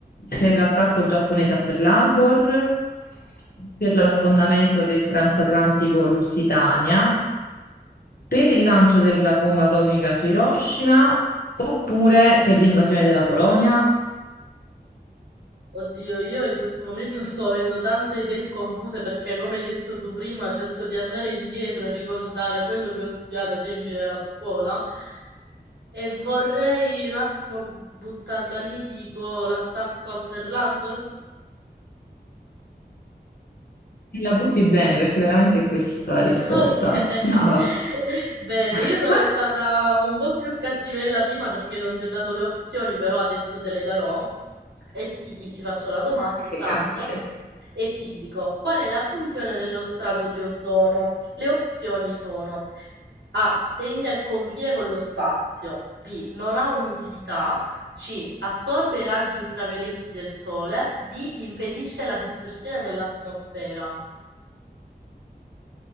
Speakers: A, on the left; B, on the right.
A: per l'attacco giapponese a Pearl Harbor, per l'affondamento del transatlantico Lusitania, per il lancio della bomba atomica su Hiroshima oppure per l'invasione della Polonia.
B: Oddio, io in questo momento sto avendo tante idee confuse perché, come hai detto tu prima, cerco di andare indietro e ricordare quello che ho studiato ai tempi della scuola e vorrei un attimo buttarla lì, dico l'attacco a Pearl Harbor.
A: E la butti bene perché veramente è questa la risposta.
B: Okay,
A: Brava.
B: <laughs> bene,
A: <laughs>
B: io sono stata un po' più cattivella prima perché non ti ho dato le opzioni, però adesso te le darò e ti, di- ti faccio la domanda intanto
A: Grazie.
B: e ti dico qual è la funzione dello strato di ozono? Le opzioni sono A. Segna il confine con lo spazio, B. Non ha un'utilità, C. Assorbe i raggi ultravioletti del sole, D. Impedisce la dispersione dell'atmosfera.